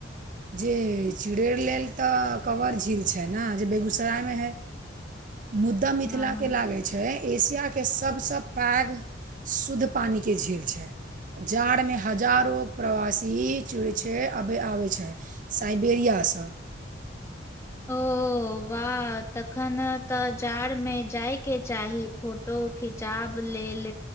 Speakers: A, on the right; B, on the left.
A: जे चिड़ैर लेल तऽ कबर झील छै न जे बेगूसरायमे हइ
B: <inaudible>
A: मुद्दा मिथिला
B: हँ
A: के लागै छै एशियाके सबसँ पाघ शुद्ध पानिके झील छैय जाड़ मे हजारो प्रवासी चिड़ु छैय आबे छैय साइबेरिया सँ
B: ओ वाह तखन त जाड़ मे जाय के चाही फोटो खिचाब लेल